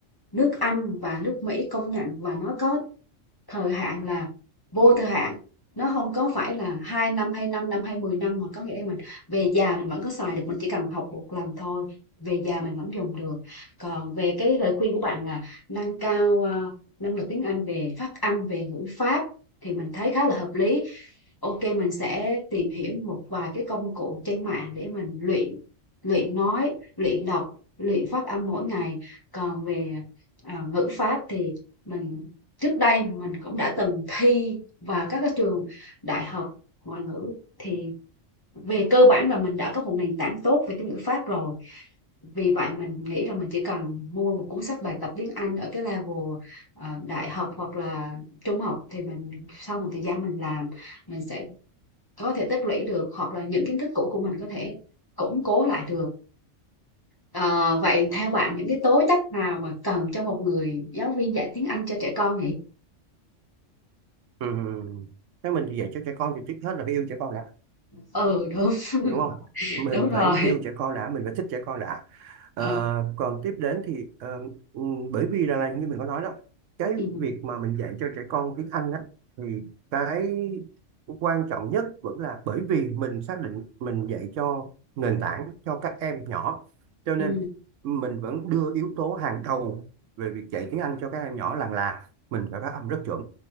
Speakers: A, on the left; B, on the right.
A: nước Anh và nước Mỹ công nhận và nó có thời hạn là vô thời hạn nó không có phải là hai năm hay năm năm hay 10 năm mà có nghĩa là mình về già mình vẫn có xài được mình chỉ cần học một lần thôi về già mình vẫn dùng được còn về cái lời khuyên của bạn là nâng cao à, năng lực tiếng Anh về phát âm về ngữ pháp thì mình thấy khá là hợp lý ok mình sẽ tìm hiểu một vài cái công cụ trên mạng để mình luyện luyện nói luyện đọc luyện phát âm mỗi ngày còn về à, ngữ pháp thì mình trước đây mình cũng đã từng thi vào các cái trường đại học ngoại ngữ thì về cơ bản là mình đã có một nền tảng tốt về cái ngữ pháp rồi vì vậy mình nghĩ là mình chỉ cần mua một cuốn sách bài tập tiếng Anh ở cái level ờ, đại học hoặc là trung học thì mình sau một thời gian mình làm mình sẽ có thể tích lũy được hoặc là những kiến thức cũ của mình có thể củng cố lại được Ờ, vậy theo bạn những cái tố chất nào mà cần cho một người giáo viên dạy tiếng Anh cho trẻ con nhỉ?
B: ừ. thế mình thì dạy cho trẻ con thì trước hết là phải yêu trẻ con đã
A: Ừ đúng <laughs>
B: đúng không mình
A: đúng rồi
B: phải yêu trẻ con đã mình phải thích trẻ con đã Ờ,
A: ừ,
B: còn tiếp đến thì ờ, ừ, bởi vì là, là như mình có nói đó cái
A: ừ,
B: việc mà mình dạy cho trẻ con tiếng Anh á thì cái quan trọng nhất vẫn là bởi vì mình xác định mình dạy cho nền tảng cho các em nhỏ cho nên
A: ừ,
B: mình vẫn đưa yếu tố hàng đầu về việc dạy tiếng Anh cho các em nhỏ là là mình phải phát âm rất chuẩn